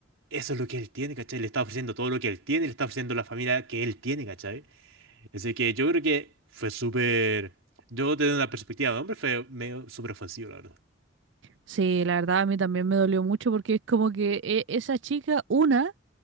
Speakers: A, on the right; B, on the right.
A: eso es lo que él tiene, ¿cachai? Le está ofreciendo todo lo que él tiene, le está ofreciendo la familia que él tiene, ¿cachai? Así que yo creo que fue súper, yo desde una perspectiva de hombre, fue medio súper ofensivo, la verdad.
B: Sí, la verdad a mí también me dolió mucho porque es como que eh, esa chica, una,